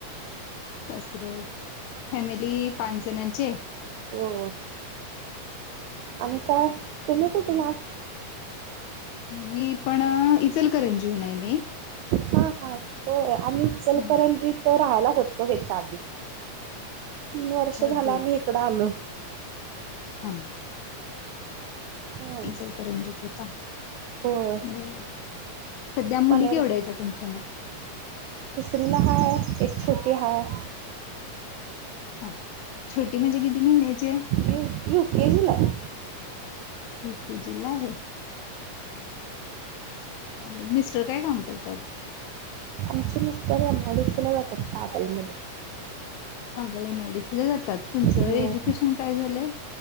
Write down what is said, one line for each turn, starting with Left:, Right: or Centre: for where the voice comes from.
Left: सासरे फॅमिली पाच जणांची हाय.
Right: हो आणि काय तुम्ही कुठून आहात.
Left: मी पण इचलकरंजीहून हाय मी.
Right: हा हा होय आम्ही इचलकरंजीत
Left: हा
Right: राहायला होतो ह्याच्या आधी तीन वर्ष
Left: अच्छा
Right: झाल
Left: आधी
Right: आम्ही
Left: होता
Right: इकडं आलोय
Left: हा
Right: ह
Left: इचलकरंजित होता
Right: होय
Left: ब सध्या मुली
Right: पणेल
Left: केवढ्या आहेत तुमच्या म
Right: ला हाय है एक छोटी हाय
Left: हा छोटी म्हणजे किती महिन्याची ये
Right: य यू के जिला ये.
Left: युकेजिला आहेत. चालेल मिस्टर काय काम करतात?
Right: आमचे मिस्टर एमआयडीसी ला जातात कागलमध्ये.
Left: कागल एमआयडीसीला जातात. तुमचं
Right: हो
Left: एज्युकेशन काय झालंय